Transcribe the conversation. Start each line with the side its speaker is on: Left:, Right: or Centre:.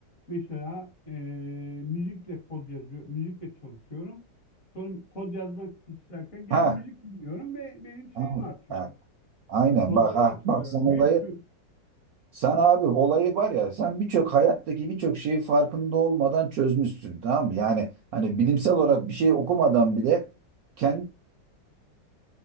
Left: mesela e, müzikle kod yazıyor, müzikle çalışıyorum. Sonra kod yazmak isterken gene
Right: Ha,
Left: müzik dinliyorum ve benim şeyim
Right: ha,
Left: artıyor.
Right: ha. Aynen
Left: Yani kodları
Right: bak ha
Left: hatırlıyorum.
Right: bak sen olayı
Left: Bir sürü
Right: sen abi olayı var ya sen birçok hayattaki birçok şeyi farkında olmadan çözmüşsün tamam mı? Yani hani bilimsel olarak bir şey okumadan bile kendi